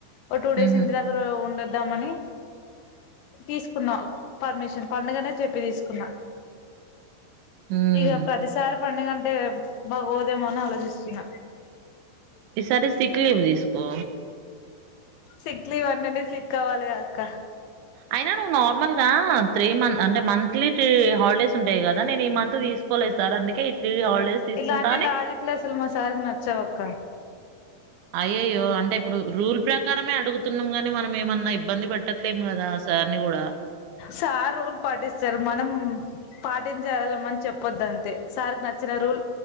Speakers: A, on the left; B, on the right.
A: ఒక టూ
B: ఉహు
A: ఇంటి దగ్గర ఉండదు. ఉద్దామని తీసుకున్నా పర్మిషన్ పండగనే చెప్పి తీసు
B: ఉమ్
A: ఇగా ప్రతిసారి పండుగ అం టే భగోదేమో అని ఆలోచిస్తున్న
B: ఈ సారి సిక్ లీవ్ తీసుకో
A: సిక్ లీవ్ అంటనే సిక్ అవాలిగా అక్క
B: అయినా నువ్వు నార్మల్ గా త్రీ మన్ అంటే మంత్లీ టీ హాలిడేస్ ఉంటాయి కదా నేను ఈ మంత్ తీసుకోలేదు సార్ అందుకే త్రీ హాలిడేస్ తీసుకుంటా
A: ఇలాంటి
B: అని
A: లాజిక్ లసలు మా సారుకి నచ్చవక్క
B: అయ్యయ్యో అంటే ఇప్పుడు రూల్ ప్రకారమే అడుగుతున్నం గాని మనం ఏమన్నా ఇబ్బంది పెట్టట్లేం కదా ఆ సార్ ని కూడా
A: సార్ రూల్ పాటిస్తారు మనం పాటించాలమని చెప్పొద్దంతే సార్ కి నచ్చిన రూల్